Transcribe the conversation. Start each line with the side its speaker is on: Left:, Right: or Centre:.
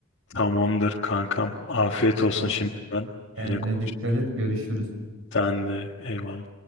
Left: Tamamdır kankam. Afiyet olsun
Right: Tamam.
Left: şimdiden.
Right: Kendine
Left: Yine konuş.
Right: dikkat et görüşürüz.
Left: Sen de eyvallah.